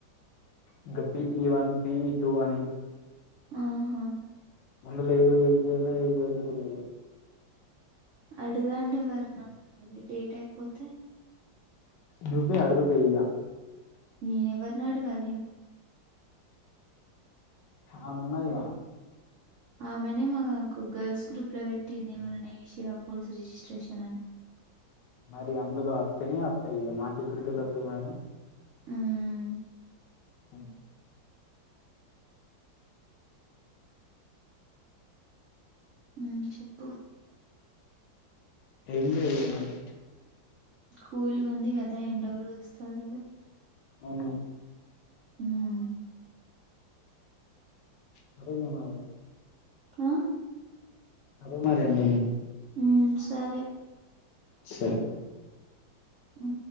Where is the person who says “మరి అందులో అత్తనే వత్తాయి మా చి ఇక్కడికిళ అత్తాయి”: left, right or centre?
Left